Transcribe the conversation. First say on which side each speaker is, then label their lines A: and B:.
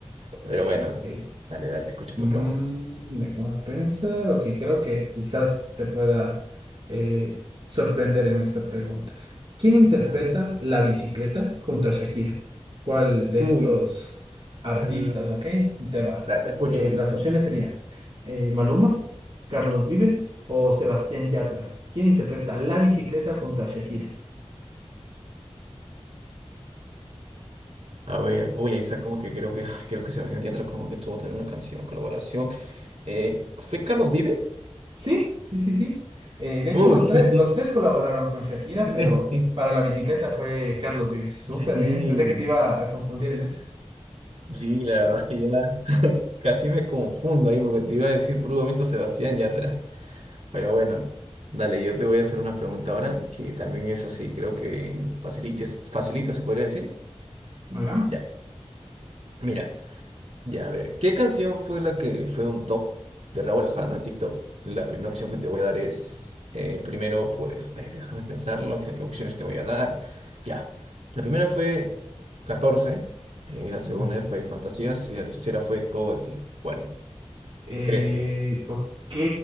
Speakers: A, on the right; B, on the right.
A: ok.
B: Pero bueno, dale, dale, escucho
A: Mm,
B: tu pregunta.
A: déjame pensar, ok, creo que quizás te pueda eh, sorprender en esta pregunta. ¿Quién interpreta
B: Dale.
A: La bicicleta junto a Shakira? ¿Cuál de
B: Uy,
A: estos artistas,
B: eh,
A: ok? Te va.
B: dale, te escucho.
A: Eh, las opciones serían eh, Maluma, Carlos Vives o Sebastián Yatra. ¿Quién interpreta La bicicleta junto a Shakira?
B: A ver, uy, ahí está como que creo que, ay, creo que Sebastián Yatra como que tuvo también una canción, colaboración. Eh, ¿fue Carlos Vives?
A: Sí, sí, sí, sí. Eh, de hecho,
B: Uy,
A: los tres,
B: la tiene.
A: los tres colaboraron con Shakira,
B: <laughs>
A: pero para la bicicleta fue Carlos Vives. Súper
B: Sí,
A: bien. Pensé que te iba a confundir en eso.
B: sí, la verdad es que ya casi me confundo ahí porque te iba a decir por un momento Sebastián Yatra. Pero bueno, dale, yo te voy a hacer una pregunta ahora que también es así, creo que facilita, facilita se podría decir.
A: Hagamos.
B: Ya, mira. Ya, a ver, ¿qué canción fue la que fue un top de Raúl Alejandro en TikTok? La primera opción que te voy a dar es, eh, primero, pues, ay, déjame pensarlo, qué qué opciones te voy a dar. Ya, la primera fue catorce eh, la segunda
A: Ya.
B: fue Fantasías y la tercera fue Todo de ti. ¿Cuál
A: Eh,
B: crees que es?
A: ok,